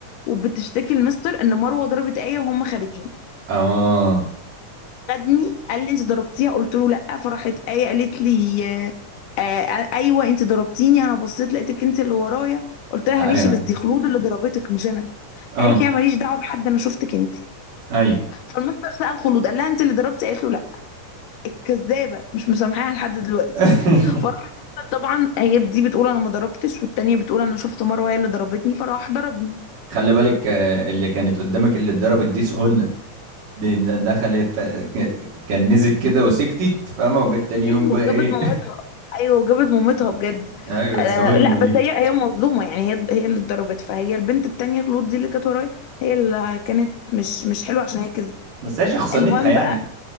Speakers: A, on the left; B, on the right.
A: وبتشتكي المستر ان مروه ضربت آية وهم خارجين
B: اه
A: فخدني قال لي انت ضربتيها قلت له لا فرحت آية قالت لي آه، آه، ايوه انت ضربتيني انا بصيت لقيتك انت اللي ورايا قلت لها
B: ايوه
A: ماشي بس دي خلود اللي ضربتك مش انا
B: اه
A: قالت لي انا ماليش دعوه بحد انا شفتك انت
B: ايوه
A: فالمستر سأل خلود قال لها انت اللي ضربتي قالت له لا الكذابه مش مسامحاها لحد دلوقتي
B: <laughs>
A: فراح طبعا هي دي بتقول انا ما ضربتش والتانيه بتقول انا شفت مروه هي اللي ضربتني فراح ضربني
B: خلي بالك آه، اللي كانت قدامك اللي اتضربت دي سهنة دي ن- دخلت آه، ك- كنزت كده وسكتت فاهمة وجت تاني يوم
A: ايوه
B: بقى
A: وجابت
B: ايه
A: مامتها ايوه وجابت مامتها بجد
B: <laughs> ايوه
A: آه
B: سهنة
A: لا
B: دي
A: بس هي هي مظلومه يعني هي هي اللي اتضربت فهي البنت التانيه خلود دي اللي كانت ورايا هي اللي كانت مش مش حلوه عشان هي كذبت
B: بس هي شخصنتها
A: المهم
B: يعني
A: بقى